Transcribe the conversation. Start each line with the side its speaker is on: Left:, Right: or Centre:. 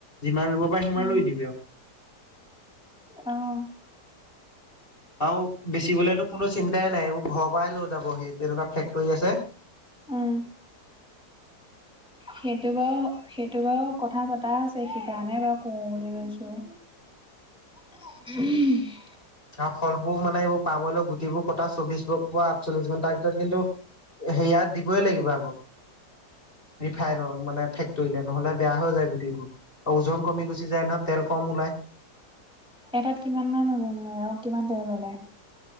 Left: যিমান ৰুব পাৰ সিমান
Centre: উম
Left: ৰুই দিবি আৰু।
Centre: অ'।
Left: আৰু বেচিবলেতো কোনো চিন্তাই নাই এইবোৰ ঘৰৰ পৰাই লৈ যাব সি তেনেকুৱা ফেক্টৰী আছে।
Centre: উম সেইটো বাৰু সেইটো বাৰু কথা পতা আছে সেইকাৰণে বাৰু কওঁ বুলি কৈছোঁ। উম।
Left: আৰু ফলবোৰ মানে এইবোৰ পামৰিও গুটিবোৰ কটা চৌবিশ পৰা আঠচল্লিশ ঘন্টাৰ ভিতৰত কিন্তু সেয়াত দিবই লাগিব আকৌ। ৰিফাইন মানে ফেক্টৰীলে নহ'লে বেয়া হৈ যায় গুটিবোৰ ওজন কমি গুচি যায় নহয়। তেল কম ওলাই।
Centre: এটাত কিমান মমান আৰু কিমান তেল ওলায়।